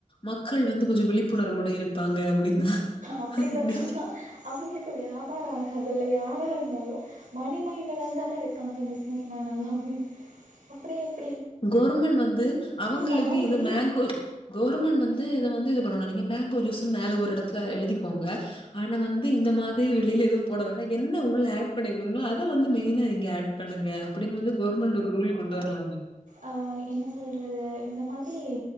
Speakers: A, on the left; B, on the right.
A: மக்கள் வந்து கொஞ்சோ விழிப் புணர்வோடு இருப்பாங்க அப்படின்னு நான்
B: அப்டி பண்ணாதா
A: நினைக்கிறேன்.
B: அவங்களுக்கு வியாபாரோ ஆகதில்ல யாரா இருந்தாலு மணி மைண்டடா தான இருக்காங்க பிஸ்னஸ் மேன் எல்லாமே அப்ற எப்
A: கோர்மெண்ட் வந்து அவங்களுக்கு
B: தாண்டி
A: இது மேங்கோ கவுவர்மெண்ட் வந்து இத வந்து இது பண்ணனு நீங்க மேங்கோ ஜூஸ் மேல ஒரு எடத்துல எழுதிக்கோங்க ஆனா வந்து இந்த மாதிரி வெளியில எதுவு போட வேண்டா என்ன உள்ள ஆட் பண்ணிருக்காங்ளோ அத வந்து மெயினா நீங்க ஆட் பண்ணுங்க அப்டின்னு வந்து கவர்மெண்ட் ஒரு ரூல் கொண்டு வரலாமே
B: ஆ என்ன சொல்றது இந்த மன்டே எ